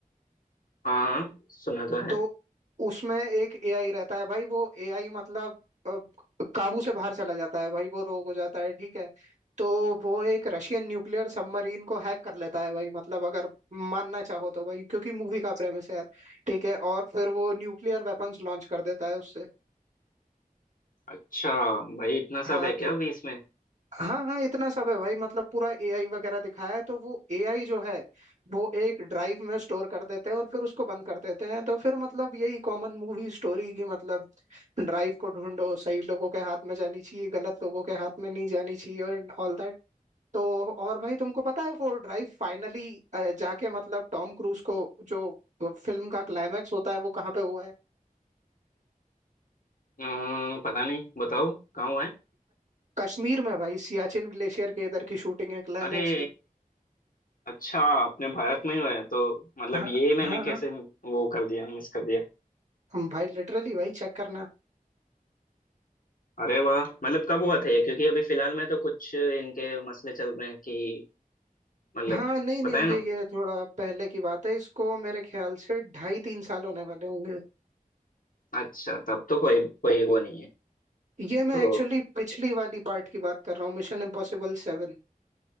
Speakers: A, on the left (about 70°); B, on the right (about 55°).
A: हाँ हाँ सुना तो है
B: तो उसमें एक एआई रहता है भाई वो एआई मतलब अ, काबू से बाहर चला जाता है भाई वो रोग हो जाता है ठीक है तो वो एक रशियन न्यूक्लियर सबमरीन को हैक कर लेता है भाई मतलब अगर मानना चाहो तो भाई क्योंकि मूवी का प्रेमिस है यार ठीक है और फिर वो न्यूक्लियर वेपन्स लॉन्च कर देता है उससे
A: अच्छा भाई इतना
B: हाँ
A: सब है क्या
B: तो
A: अभी इसमें
B: हाँ हाँ इतना सब है भाई मतलब पूरा एआई वगैरह दिखाया है तो वो एआई जो है वो एक ड्राइव में स्टोर कर देते हैं और फिर उसको बंद कर देते हैं तो फिर मतलब यही कॉमन मूवी स्टोरी की मतलब ड्राइव को ढूंढो सही लोगों के हाथ में जानी चाहिए गलत लोगों के हाथ में नहीं जानी चाहिए एंड ऑल दैट तो और भाई तुमको पता है वो ड्राइव फाइनली जाके मतलब टॉम क्रूज को जो फिल्म का क्लाइमैक्स होता है वो कहाँ पे हुआ है
A: अम्म, पता नहीं बताओ कहाँ हुआ है
B: कश्मीर में भाई सियाचिन ग्लेशियर के इधर की शूटिंग है क्लाइमैक्स
A: अरे
B: की
A: अच्छा अपने भारत में ही हुआ है तो मतलब
B: हाँ
A: ये मैंने
B: हाँ
A: कैसे
B: हाँ
A: वो कर दिया मिस कर दिया
B: हम भाई लिटरली भाई चेक करना
A: अरे वाह मतलब कब हुआ था ये क्योंकि अभी फिलहाल में तो कुछ इनके मसले चल रहे हैं कि मतलब
B: हाँ नहीं नहीं
A: पता है ना
B: ये ये थोड़ा पहले की बात है इसको मेरे ख्याल से ढाई तीन साल होने वाले होंगे
A: अच्छा तब तो कोई कोई वो नहीं है
B: ये मैं
A: तो
B: एक्चुअली पिछली वाली पार्ट की बात कर रहा हूँ मिशन इम्पॉसिबल सेवन